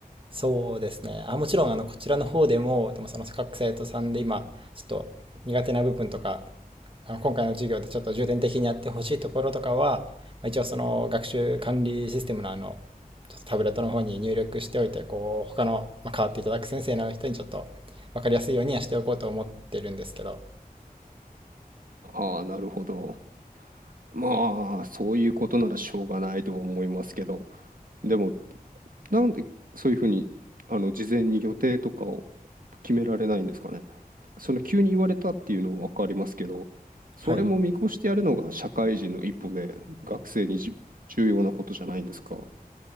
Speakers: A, on the right; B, on the right.
A: そうですね。あ、もちろん、あの、こちらの方でも、でもその各生徒さんで今、ちょっと苦手な部分とか、あの、今回の授業でちょっと重点的にやってほしいところとかは、まあ、一応その学習管理システムのあの、ちょっとタブレットの方に入力しておいて、こう、他の、まあ、変わっていただく先生の人にちょっと分かりやすいようにはしておこうと思ってるんですけど、
B: ああ、なるほど。まあ、そういうことならしょうがないとは思いますけど、でも、なんでそういうふうに、あの、事前に予定とかを決められないんですかね。その急に言われたっていうのもわかりますけど、それも見越してやるのが社会人の一歩で、
A: はい。
B: 学生にじ重要なことじゃないんですか。